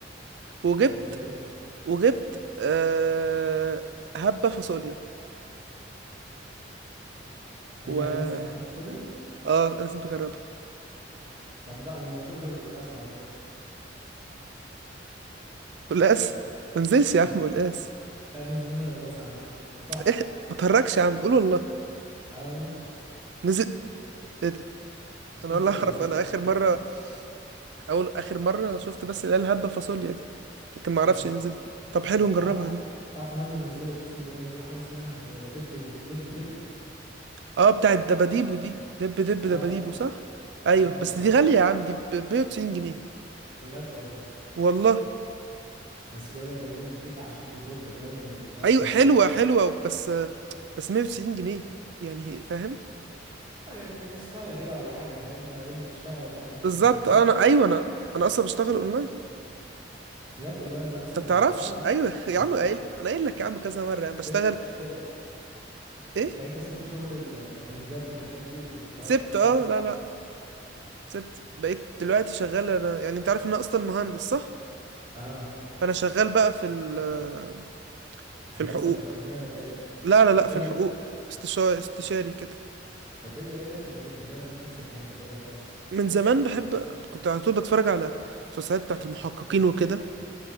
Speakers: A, on the right; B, on the right.
A: وجبت
B: وايه تاني
A: وجبت آه هبة فاصوليا و
B: ايه ده يعني نزلت حبة فاصوليا
A: آه أنا لازم تجربها
B: طب لا انا دقت القلقاس على فكرة
A: قلقاس ما نزلش يا
B: <laughs>
A: عم قلقاس
B: لا نزل منها القلاس على فكرة وتحفة
A: إيه ما تهركش يا عم قول والله
B: عملنا
A: نزل إيه ده
B: وكيكة
A: أنا ولا أعرف
B: القلاس
A: أنا
B: انت
A: آخر
B: انت
A: مرة
B: ب-
A: أول آخر مرة شفت بس اللي هي الهبة فاصوليا دي لكن ما
B: انت
A: أعرفش
B: بت-
A: نزلت طب
B: طب
A: حلو
B: طب
A: نجربها
B: تعرف
A: دي
B: تعرف ان هم نزلوا اقسم بالله نزلوا حاجة اسمها آه، دب دب دب
A: اه بتاعت دباديبو دي دب دب دباديبو
B: اه
A: صح ايوه
B: اه
A: بس
B: اللي
A: دي
B: هو
A: غاليه يا عم دي ب 190 جنيه
B: بجد والله
A: والله
B: بس بيقول لك جايبين كيكة على شكل دب باين وبتقعد
A: ايوه
B: تدبها
A: حلوه
B: في
A: حلوه بس بس 190 جنيه يعني فاهم
B: اه يعني تاسكاية كده ولا حاجة فاهمني لو انت بتشتغل ولا اي حاجة كده
A: بالظبط
B: فاهمني
A: انا ايوه انا انا اصلا بشتغل اونلاين
B: بجد والله انت اصلا
A: انت بتعرفش
B: اه
A: ايوه <laughs>
B: انت
A: يا عم
B: س-
A: قايل انا قايل لك يا عم كذا مره يعني
B: سبت
A: بشتغل
B: س...
A: ايه
B: يعني انت سبت شغل الكنزات والحاجات دي واشتغلت
A: سبت
B: في اللي
A: اه
B: انت فيه ده؟
A: لا لا سبت بقيت دلوقتي شغال انا يعني انت عارف ان انا اصلا مهندس صح
B: اه
A: فانا شغال بقى في ال- في
B: الهندسة
A: الحقوق
B: الإلكترونية وكده
A: لا لا لا في
B: ايه
A: الحقوق
B: ده
A: استشاري استشاري كده
B: طب ايه ده ايه الرمية دي انت كده رميت نفسك في حتة بعيدة خالص
A: من زمان بحب كنت على طول بتفرج على المسلسلات بتاعت المحققين وكده